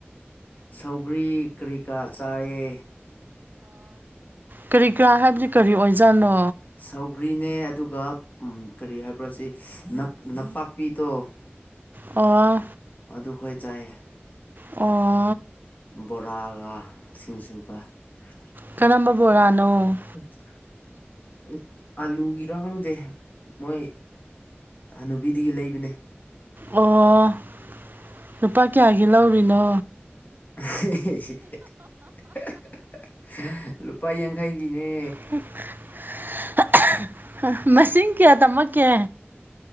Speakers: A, on the left; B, on the right.
A: ꯁꯧꯒ꯭ꯔꯤ ꯀꯔꯤ ꯀꯥ ꯆꯥꯏꯌꯦ
B: ꯀꯔꯤ ꯀꯔꯥ ꯍꯥꯏꯕꯗꯤ ꯀꯔꯤ ꯑꯣꯏꯖꯥꯠꯅꯣ
A: ꯁꯧꯒ꯭ꯔꯤꯅꯦ ꯑꯗꯨꯒ ꯎꯝ ꯀꯔꯤ ꯍꯥꯏꯕ꯭ꯔꯣ ꯁꯤ ꯅꯄꯥꯛꯄꯤꯗꯣ
B: ꯑꯣ
A: ꯑꯗꯨꯈꯣꯏ ꯆꯥꯏꯌꯦ
B: ꯑꯣ
A: ꯕꯣꯔꯥꯒ ꯁꯤꯡꯖꯨꯒ <unintelligible>
B: ꯀꯔꯝꯕ ꯕꯣꯔꯥꯅꯣ
A: ꯑꯂꯨꯒꯤꯔꯥ ꯈꯪꯗꯦ ꯃꯣꯏ ꯍꯅꯨꯕꯤꯗꯒꯤ ꯂꯩꯕꯅꯦ
B: ꯑꯣ ꯂꯨꯄꯥ ꯀꯌꯥꯒꯤ ꯂꯧꯔꯤꯅꯣ
A: <unintelligible> ꯂꯨꯄꯥ ꯌꯥꯡꯈꯩꯒꯤꯅꯦ
B: <unintelligible> ꯃꯁꯤꯡ ꯀꯌꯥ ꯇꯝꯃꯛꯀꯦ